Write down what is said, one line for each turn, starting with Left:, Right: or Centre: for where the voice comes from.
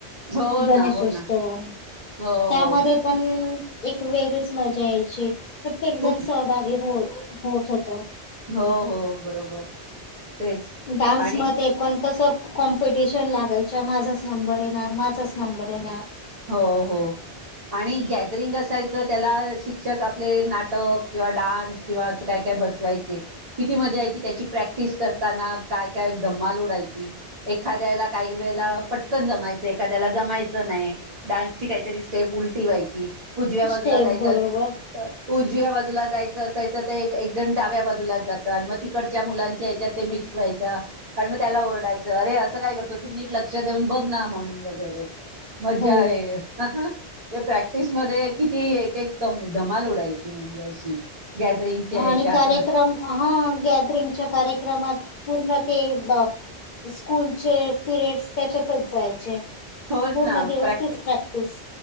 Right: हो
Left: गणेशोत्सव
Right: ना हो ना हो
Left: त्यामध्ये
Right: हो
Left: पण एक वेगळीच मजा यायची प्रत्येक
Right: खूप
Left: जण सहभागी हो होत होत.
Right: हो हो बरोबर. तेच
Left: डान्स
Right: आणि
Left: मध्ये पण कसं कॉम्पिटिशन लागायच्या माझाच नंबर येणार? माझाच नंबर येणार
Right: हो हो आणि गॅदरिंग असायचं त्याला शिक्षक आपले नाटक किंवा डान्स किंवा काय काय बसवायचे ती मजा यायची त्याची प्रॅक्टिस करताना काय काय धम्माल उडायची एखाद्याला काही वेळेला पटकन जमायचं एखाद्याला जमायचं नाही डान्सची काहीतरी स्टेप्स उलटी व्हायची. उजव्या बाजूला
Left: स्टेप
Right: जायात
Left: बरोबर
Right: उजव्या बाजूला बाजूला जायचं असाय तर ते एकजण डाव्या बाजूलाच जातं आणि मग तिकडच्या मुलांच्या हयाच्यात ते मिक्स व्हायचं. आणि मग त्याला ओरडायचं अरे असं काय करतो तू नीट लक्ष देऊन बघ ना म्हणून बघ वैगरे मज्जा
Left: हो
Right: आहे. ते प्रॅक्टिसमध्ये किती एक एक धमाल उडायची म्हणजे अशी गॅदरिंगच्या ह्याच्यात
Left: आणि कार्यक्रम हा गॅदरिंगच्या कार्यक्रमात पूर्ण ते ब स्कूलचे पिरियडस त्याच्यातच जायचे.
Right: हो
Left: पूर्ण
Right: ना
Left: दिवस
Right: प्रॅक्ट
Left: तीच प्रॅक्टिस